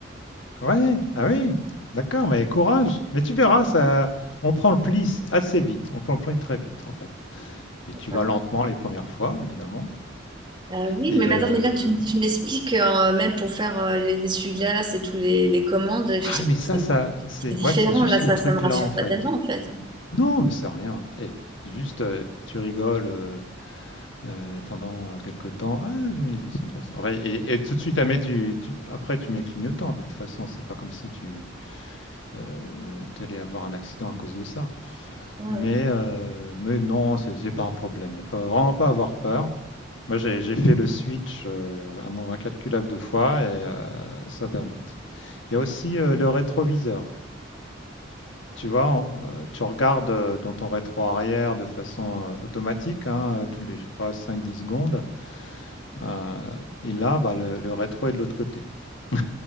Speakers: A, on the left (about 85°); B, on the right (about 25°).
A: Ouais, ah oui, d'accord, mais courage. Mais tu verras, ça, on prend le pli assez vite. On prend le pli très vite, en fait. Et
B: <laughs>
A: tu vas lentement les premières fois, évidemment.
B: Ah oui,
A: Et
B: mais bah,
A: euh,
B: attends, mais là, tu, m- tu m'expliques, euh, même pour faire euh, les essuie-glaces et tous les, les commandes, c'est
A: ah, mais ça,
B: c'est-
A: ça, c'est
B: c'est différent.
A: ouais, c'est juste
B: Là, ça,
A: le truc
B: ça me rassure
A: là, en fait.
B: pas tellement, en fait.
A: Non, mais c'est rien. et juste, euh, tu rigoles. euh, euh, pendant quelques temps. Ah, j'ai mis les essuie-glaces. Ouais, et, et tout de suite, ah, mais tu, tu- après, tu mets le clignotant. De toute façon, c'est pas comme si tu euh, allais avoir un accident à cause de ça.
B: Ouais.
A: Mais, euh, mais non, c'est c'est pas un problème. Il n'y a pas, vraiment pas à avoir peur. Moi, j'ai j'ai fait le switch euh, un nombre incalculable de fois et euh, ça va vite. Il y a aussi euh, le rétroviseur. Tu vois, en- euh, tu regardes euh, dans ton rétro arrière de façon euh, automatique, hein, euh, toutes les, je sais pas, cinq dix secondes. Euh, et là, bah, le, le rétro est de l'autre côté. <laughs>